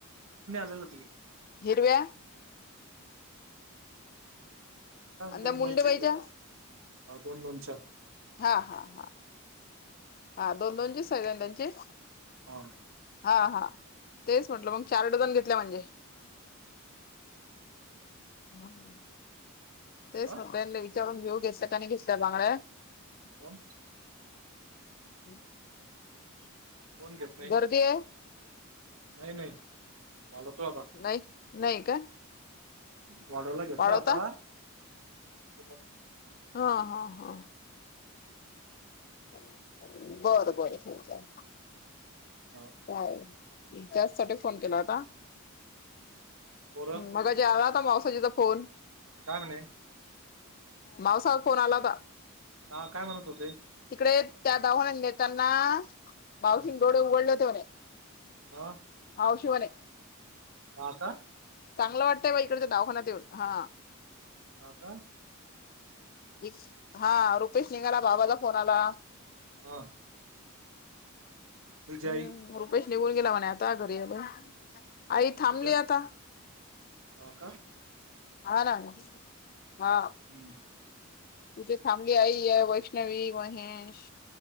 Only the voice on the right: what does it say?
घ च्या
दोन
मन हा दोन मनच्या
हा <inaudible>
हा
कोण
कोण घेत नाही
नाही नाही वाढवतो आता
वाढवला घेतलं
आता <inaudible>
हा
पोरं
काय म्हणे
हा काय म्हणत होते
हा
हा
हा का
हा का
हा तुझी आई
तुझ्या
हा का
हम्म